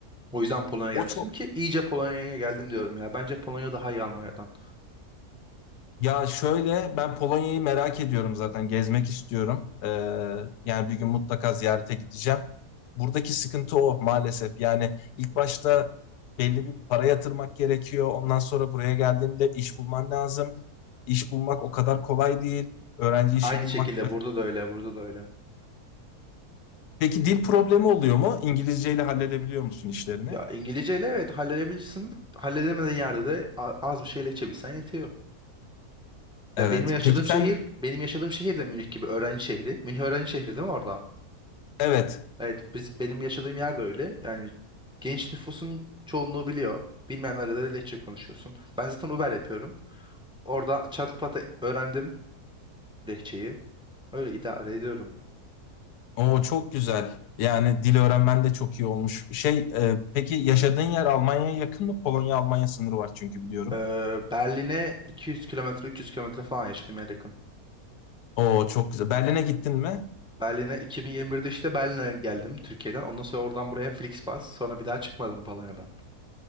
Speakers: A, in the centre; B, on the left.
A: O yüzden Polonya'ya
B: o
A: gelmiştim
B: çok
A: ki iyice Polonya'ya geldim diyorum ya. Bence Polonya daha iyi Almanya'dan.
B: Ya şöyle ben Polonya'yı merak ediyorum zaten gezmek istiyorum. Ee, yani bir gün mutlaka ziyarete gideceğim. Buradaki sıkıntı o maalesef. Yani ilk başta belli bir para yatırmak gerekiyor. Ondan sonra buraya geldiğinde iş bulman lazım. İş bulmak o kadar kolay değil. Öğrenci işi
A: Aynı
B: bulmak.
A: şekilde
B: öz-
A: burada da öyle, burada da öyle.
B: Peki dil problemi oluyor mu? İngilizceyle halledebiliyor musun işlerini?
A: Ya İngilizceyle evet halledebilirsin. Halledemediğin yerde de a- az bir şey Lehçe yetiyor. Ya
B: Evet.
A: benim yaşadığım
B: Peki sen
A: şehir, benim yaşadığım şehir de Münih gibi öğrenci şehri. Münih öğrenci şehri değil mi orada?
B: evet.
A: Evet, biz benim yaşadığım yer de öyle. Yani genç nüfusun çoğunluğu biliyor. Bilmeyenlerle de Lehçe konuşuyorsun. Ben zaten Uber yapıyorum. Orada çat pat öğrendim lehçeyi. Öyle idare ediyorum.
B: O çok güzel. Yani dil öğrenmen de çok iyi olmuş. Şey, e, peki yaşadığın yer Almanya'ya yakın mı? Polonya-Almanya sınırı var çünkü biliyorum.
A: Ee, Berlin'e 200 kilometre, 300 kilometre falan yaşadım ya yakın.
B: O çok güzel. Berlin'e gittin mi?
A: Berlin'e 2021'de işte Berlin'e geldim Türkiye'den. Ondan sonra oradan buraya Flixbus. Sonra bir daha çıkmadım Polonya'dan.